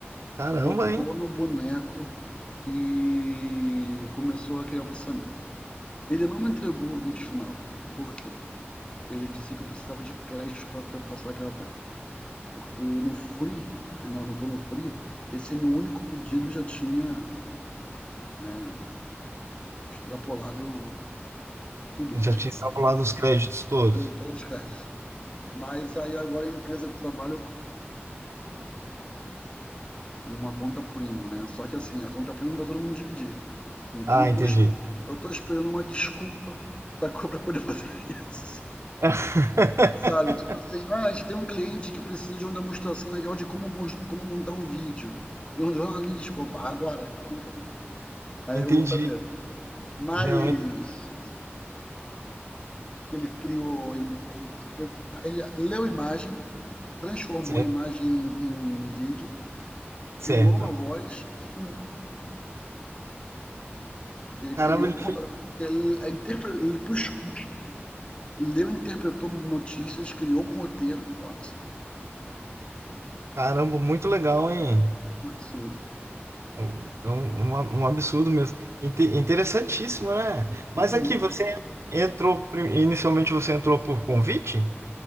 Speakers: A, on the right; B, on the left.
A: caramba,
B: botou
A: hein?
B: no boneco e começou a criar o processamento. Ele não me entregou o vídeo final. Por quê? Ele disse que eu precisava de créditos para passar aquela etapa. Porque no free, né, no plano free, esse meu único pedido já tinha né, extrapolado tudo,
A: Eu
B: né?
A: já
B: Tipo,
A: tinha extrapolado os créditos todos.
B: todos os créditos. Mas aí agora a empresa que trabalha Uma conta premium, né. Só que assim, a conta premium para todo mundo dividir. Então
A: Ah,
B: eu
A: entendi.
B: tô es eu tô esperando uma desculpa, sacou, pra poder <laughs> fazer isso.
A: <laughs>
B: Sabe, tipo assim: "Ah, a gente tem um cliente que precisa de uma demonstração legal de como mos como montar um vídeo, de um jornalístico", opa, agora, no momento. Aí
A: Entendi.
B: eu vou fazer. Mas,
A: Não,
B: assim, porque ele criou im ele se pre ele leu a imagem, transformou
A: certo,
B: a imagem em vídeo,
A: certo.
B: criou uma voz, fincou a voz Ele
A: Caramba,
B: criou,
A: ele
B: um
A: fez.
B: ro- que ele a interpre- ele bus- buscou, leu, interpretou notícias, criou um roteiro, pô, um absurdo,
A: Caramba, muito legal, hein?
B: um absurdo.
A: É um, é um- um ab- um absurdo mesmo. Inte- interessantíssimo, né? Mas
B: É Uhum.
A: aqui você entrou, prim- inicialmente você entrou por convite?